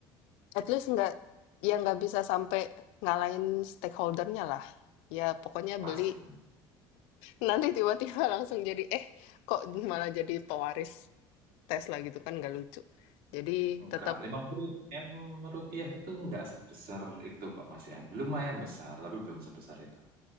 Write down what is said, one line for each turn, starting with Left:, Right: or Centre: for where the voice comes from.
Left: at least nggak ya nggak bisa sampai ngalahin stakeholder-nya lah. Ya pokoknya
Right: pasti.
Left: beli, nanti tiba-tiba <laughs> langsung jadi, eh kok malah jadi pewaris Tesla gitu kan nggak lucu. Jadi
Right: Enggak,
Left: tetap,
Right: lima puluh m rupiah itu enggak sebesar itu kok Mas Ian. Lumayan besar, tapi belum sebesar itu.